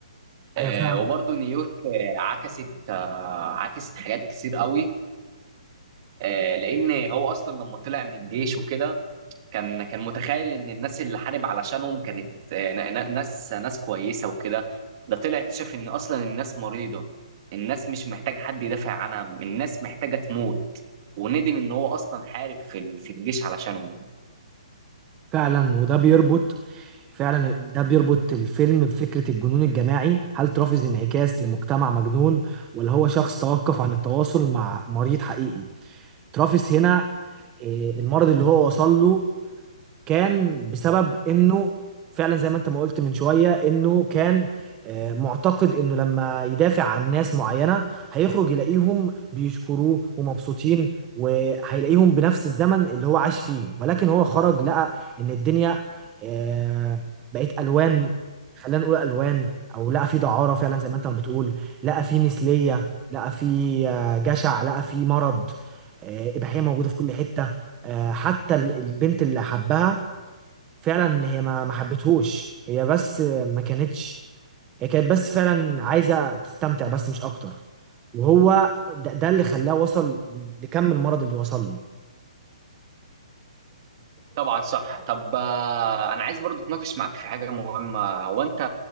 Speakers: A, on the right (about 35°); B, on the right (about 20°).
A: آه،
B: ايوه فعلا
A: وبرضه نيويورك آه، عكست آه، عكست حاجات كتير قوي آه، لان هو اصلا لما طلع من الجيش وكده كان كان متخيل ان الناس اللي حارب علشانهم كانت آه، ن- ن- ناس ناس كويسه وكده ده طلع اكتشف ان اصلا الناس مريضه الناس مش محتاجه حد يدافع عنها الناس محتاجه تموت وندم ان هو اصلا حارب في ال- في الجيش علشانهم
B: فعلا وده بيربط فعلا ده بيربط الفيلم بفكرة الجنون الجماعي هل ترافز انعكاس لمجتمع مجنون ولا هو شخص توقف عن التواصل مع مريض حقيقي ترافز هنا آه، المرض اللي هو وصل له كان بسبب انه فعلا زي ما انت ما قلت من شوية انه كان آه، معتقد انه لما يدافع عن ناس معينة هيخرج يلاقيهم بيشكروه ومبسوطين وهيلاقيهم بنفس الزمن اللي هو عاش فيه ولكن هو خرج لقى ان الدنيا آه، بقت الوان خلينا نقول الوان او لقى في دعارة فعلا زي ما انت ما بتقول لقى في مثلية لقى في آه، جشع لقى في مرض آه، إباحية موجودة في كل حتة آه، حتى ال- البنت اللي حبها فعلا هي ما ما حبتهوش هي بس ما كانتش هي كانت بس فعلا عايزة تستمتع بس مش أكتر وهو ده, ده اللي خلاه وصل لكم المرض اللي وصل له
A: طبعا صح طب آه، انا عايز برضو اتناقش معاك في حاجه مهمه هو انت